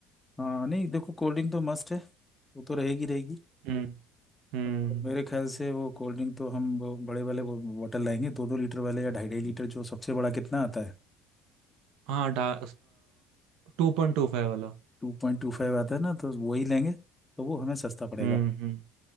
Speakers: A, on the left (about 15°); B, on the right (about 70°).
A: हाँ नहीं देखो कोल्ड ड्रिंक तो मस्ट है वो तो रहेगी रहेगी
B: हम्म हम्म
A: और मेरे ख्याल से वो कोल्ड ड्रिंक तो हम वो बड़े वाले वो बॉटल लाएंगे दो दो लीटर वाले या ढाई ढाई लीटर जो सबसे बड़ा कितना आता है
B: हाँ ढा टू पॉइंट टू फाइव वाला
A: टू पॉइंट टू फाइव आता है ना तो वही लेंगे तो वो हमें सस्ता पड़ेगा
B: हम्म हम्म